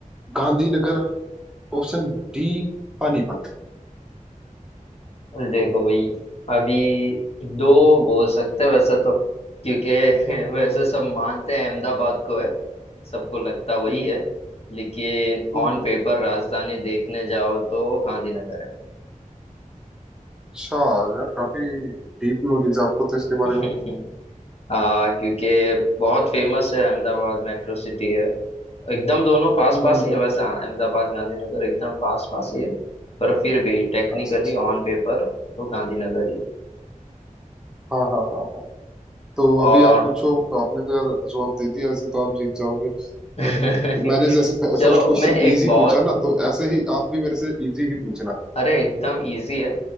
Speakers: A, in the centre; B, on the left.
A: Gandhinagar option D Panipat
B: देखो भाई अभी
A: हम्म,
B: दो बोल सकते हैं वैसे तो क्योंकि <laughs> वैसे
A: हम्म,
B: सब मानते हैं अहमदाबाद को है सबको लगता वही
A: हम्म,
B: है लेकिन
A: हम्म,
B: ऑन
A: हम्म,
B: पेपर राजधानी देखने जाओ तो गांधीनगर है
A: अच्छा यार काफी डीप नॉलेज आपको तो इसके
B: <laughs>
A: बारे में
B: आ, क्योंकि बहुत फेमस है अहमदाबाद मेट्रो सिटी है एकदम दोनों
A: <laughs>
B: पास
A: हम्म, हम्म,
B: पास ही
A: हम्म,
B: है वैसे
A: हम्म।
B: हाँ अहमदाबाद गांधीनगर एकदम पास पास ही है पर फिर भी टेक्निकली
A: अच्छा अच्छा।
B: ऑन पेपर तो गांधीनगर ही है
A: हाँ हाँ हाँ हाँ तो
B: और
A: अभी आप पूछो आपने तो यार जवाब दे दिया ऐसे तो आप जीत जाओगे अ,
B: <laughs>
A: मैंने जैसे फर्स्ट
B: चलो
A: क्वेश्चन
B: मैं एक
A: इजी
B: बहुत
A: पूछा ना तो ऐसे ही आप भी मेरे से इजी ही पूछना
B: अरे एकदम इजी है